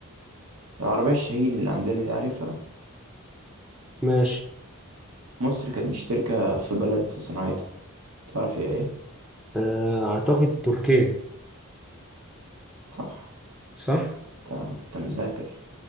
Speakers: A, on the right (about 80°); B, in the centre.
A: العربية الشاهين اللي عندنا دي عارفها
B: ماشي
A: مصر كانت مشتركة في بلد في صناعتها تعرف هي إيه؟
B: آه، أعتقد تركيا
A: صح
B: صح؟
A: أنت أنت مذاكر